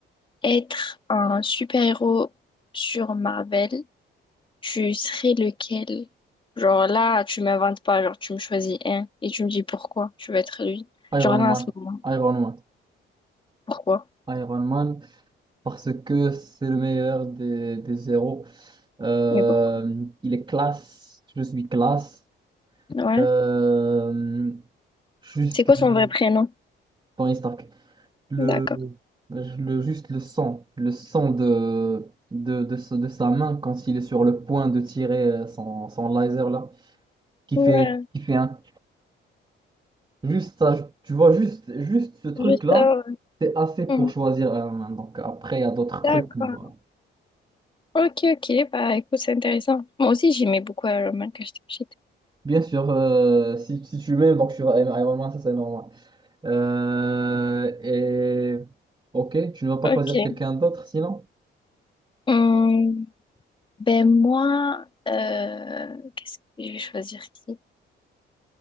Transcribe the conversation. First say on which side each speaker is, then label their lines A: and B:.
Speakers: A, on the left (about 25°); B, on the right (about 25°).
A: être un super-héros sur Marvel, tu serais lequel? Genre là, tu m'inventes pas, genre tu me choisis un et tu me dis pourquoi tu veux être lui.
B: Iron
A: Genre là,
B: Man.
A: en ce moment,
B: Iron Man.
A: pourquoi?
B: Iron Man, parce que c'est le meilleur des, des zéros. Euh,
A: Mais pourquoi?
B: il est classe, je suis classe.
A: Ouais.
B: Euh, juste
A: C'est quoi son
B: le
A: vrai prénom?
B: Tony Stark. le,
A: D'accord.
B: le juste le sang, le sang de, de, de, ce- de sa main quand il est sur le point de tirer euh, son, son laser là, qui
A: Ouais,
B: fait, qui fait un, juste ça, tu vois, juste, juste ce truc
A: juste
B: là,
A: ça, ouais.
B: c'est assez pour
A: Hmm,
B: choisir la main. Donc après, il y a d'autres trucs.
A: D'accord.
B: voilà.
A: Ok, ok, bah écoute, c'est intéressant. Moi aussi, j'aimais beaucoup Iron Man quand j'étais petite.
B: Bien sûr, euh, si, si tu m'aimes, donc tu vas aimer Iron Man, ça c'est normal. Euh, et ok, tu ne vas pas
A: Ok.
B: choisir quelqu'un d'autre sinon?
A: Hum, ben moi, euh, qu'est-ce que je vais choisir qui?